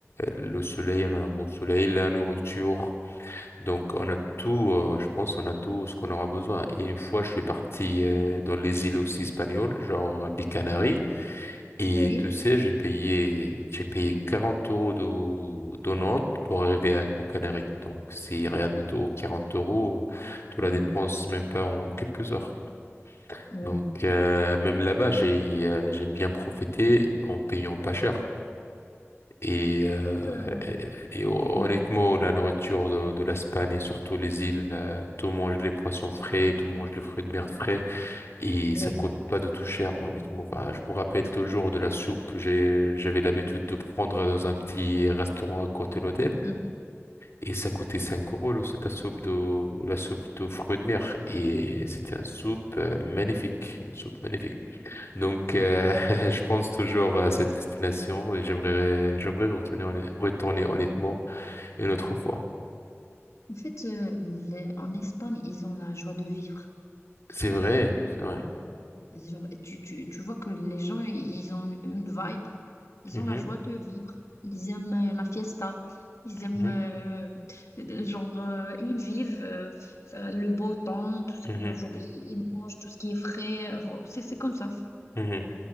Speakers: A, on the left (about 65°); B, on the left (about 85°).
A: le soleil, on a un bon soleil, la nourriture. Donc on a tout, euh, je pense, on a tout ce qu'on aura besoin. Et une fois, je suis parti euh, dans les îles aussi espagnoles, genre les Canaries. Et
B: Oui,
A: tu sais, j'ai payé, j'ai payé 40 euros de, de Nantes pour arriver à- aux Canaries. Donc c'est rien du tout. quarante euros, tu
B: oui,
A: la dépenses même pas en quelques heures.
B: oui,
A: Donc euh, même là-bas, j'ai euh, j'ai bien profité en payant pas cher. Et, euh,
B: Euh,
A: et, et honnêtement,
B: oui,
A: la nourriture de, de l'Espagne et surtout les îles, euh, tout mange les poissons frais, tout mange les fruits de mer frais et
B: oui.
A: ça coûte pas de tout cher, honnêtement. Enfin, je me rappelle toujours de la soupe que j'ai, j'avais l'habitude de prendre dans un petit restaurant à côté de l'hôtel
B: Hmm.
A: et ça coûtait 5 euros le- la soupe de, la soupe de fruits de mer et c'était une soupe euh, magnifique, une soupe magnifique. Donc, euh,
B: donc,
A: <laughs> je pense toujours à cette destination et j'aimerais, j'aimerais retourner, honn- retourner honnêtement une autre fois.
B: En fait, euh, les- en Espagne, ils ont la joie de vivre.
A: C'est vrai, c'est vrai.
B: genre et tu, tu, tu vois que les gens, ils ont une vibe, ils
A: Mhm,
B: ont la joie de vivre, ils aiment euh, la fiesta, ils aiment,
A: mhm,
B: euh, euh, genre, euh, ils vivent euh, euh, le beau temps, tout ce qui,
A: mhm,
B: euh, genre, ils, ils mangent tout ce qui est frais, euh, genre, c'est, c'est comme ça.
A: mhm.